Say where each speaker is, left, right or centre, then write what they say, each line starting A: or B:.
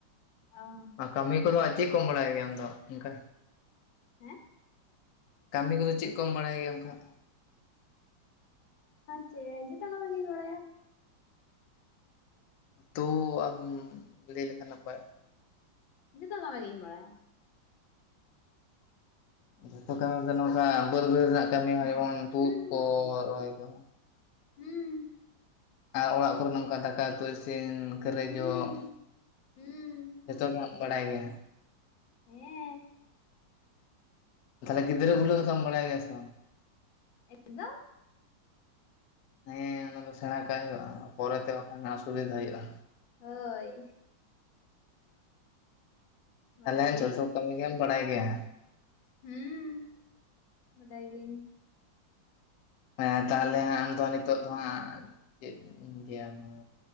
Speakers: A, on the left (about 85°); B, on the left (about 65°).
A: ᱚ᱾
B: ᱟᱨ ᱠᱟᱹᱢᱤ ᱠᱚ ᱫᱚ ᱟᱨ ᱪᱮᱫ ᱠᱚᱢ ᱵᱟᱲᱟᱭ ᱜᱮᱭᱟ ᱟᱢ ᱫᱚ ᱚᱱᱠᱟ?
A: ᱦᱮᱸ᱾
B: ᱠᱟᱹᱢᱤ ᱠᱚ ᱫᱚ ᱪᱮᱫ ᱠᱚᱢ ᱵᱟᱲᱟᱭ ᱜᱮᱭᱟ ᱚᱱᱠᱟ ᱦᱟᱸᱜ᱾
A: ᱪᱮᱻ ᱡᱦᱚᱛᱚ ᱠᱟᱹᱢᱤ ᱜᱤᱧ ᱵᱟᱲᱟᱭᱟ᱾
B: ᱛᱚ ᱟᱢ ᱞᱟᱹᱭ ᱞᱮᱠᱷᱟᱱ ᱱᱟᱯᱟᱭᱚᱜ-ᱟ᱾
A: ᱡᱚᱛᱚ ᱠᱟᱢᱤ ᱜᱤᱧ ᱵᱟᱲᱟᱭᱟ᱾
B: ᱡᱷᱚᱛᱚ ᱠᱟᱹᱢᱤ ᱫᱚ ᱱᱚᱝᱠᱟ ᱵᱟᱹᱫᱽ ᱵᱟᱹᱭᱦᱟᱹᱲ ᱨᱮᱱᱟᱜ ᱠᱟᱹᱢᱤ ᱦᱚᱸ ᱡᱮᱢᱚᱱ ᱛᱩᱫ
A: ᱦᱩᱸ
B: ᱠᱚ, ᱨᱚᱦᱚᱭ ᱠᱚ᱾
A: ᱦᱩᱸ᱾
B: ᱟᱨ ᱚᱲᱟᱜ ᱠᱚᱨᱮ ᱱᱚᱝᱠᱟ ᱫᱟᱠᱟ ᱩᱛᱩ ᱤᱥᱤᱱ, ᱠᱷᱟᱹᱨᱟᱹᱭ
A: ᱦᱩᱸ
B: ᱡᱚᱜ
A: ᱦᱩᱸ
B: ᱡᱚᱛᱚ ᱜᱮ ᱵᱟᱲᱟᱭ ᱜᱮᱭᱟ᱾
A: ᱦᱮᱸ᱾
B: ᱛᱟᱦᱚᱞᱮ ᱜᱤᱫᱽᱨᱟᱹ ᱵᱷᱩᱞᱟᱹᱣ ᱠᱚᱫᱚᱢ ᱵᱟᱲᱟᱭ ᱜᱮᱭᱟ ᱥᱮ ᱵᱟᱝ?
A: ᱮᱠᱫᱚᱢ᱾
B: ᱦᱮᱸ ᱚᱱᱟ ᱫᱚ ᱥᱮᱬᱟ ᱠᱟᱜ ᱦᱩᱭᱩᱜᱼᱟ ᱯᱚᱨᱮ ᱛᱮ ᱵᱟᱝᱠᱷᱟᱱ ᱚᱥᱩᱵᱤᱫᱷᱟ ᱦᱩᱭᱩᱜᱼᱟ᱾
A: ᱦᱚᱭ᱾ ᱵᱟᱰᱟᱭ
B: ᱛᱟᱷᱚᱞᱮ
A: ᱜᱤᱭᱟᱹᱧ
B: ᱡᱷᱚᱛᱚ ᱠᱟᱹᱢᱤ ᱜᱮᱢ ᱵᱟᱲᱟᱭ ᱜᱮᱭᱟ?
A: ᱦᱩᱸ᱾ ᱵᱟᱰᱟᱭ ᱜᱤᱭᱟᱹᱧ᱾
B: ᱦᱮᱸ ᱛᱟᱦᱚᱞᱮ ᱦᱟᱸᱜ ᱟᱢ ᱫᱚ ᱱᱤᱛᱚᱜ ᱫᱚ ᱦᱟᱸᱜ ᱪᱮᱫ ᱤᱧ ᱞᱟᱹᱭ ᱟᱢᱟ᱾